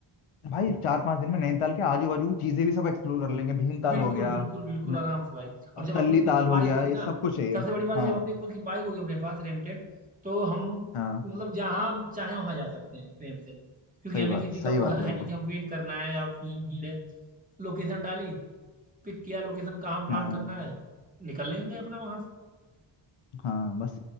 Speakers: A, on the left; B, on the right.
A: भाई चार पांच दिन में नैनीताल के आजू बाजू की चीजें भी सब एक्सप्लोर कर लेंगे भीमताल
B: बिल्कुल
A: हो गया
B: बिल्कुल बिल्कुल
A: न-
B: आराम से भाई और
A: और
B: जब
A: तल्ली
B: अपनी
A: ताल
B: खुद की बाइक
A: हो गया
B: होगी
A: ये
B: ना
A: सब कुछ है ये
B: सबसे बड़ी बात है
A: हाँ
B: जब अपनी खुद की बाइक होगी अपने पास रेंटेड तो हम
A: हाँ
B: मतलब जहाँ चाहे वहाँ जा सकते हैं प्रेम से क्योंकि
A: सही
B: हमें
A: बात
B: किसी
A: सही
B: का वो
A: बात
B: है,
A: है
B: है
A: बिल्कुल
B: नहीं कि हम वेट करना है या फिर भीड़ है लोकेशन डाली पिक किया लोकेशन कहाँ प्लान
A: हाँ
B: करना है निकल लेंगे अपना वहाँ
A: हाँ बस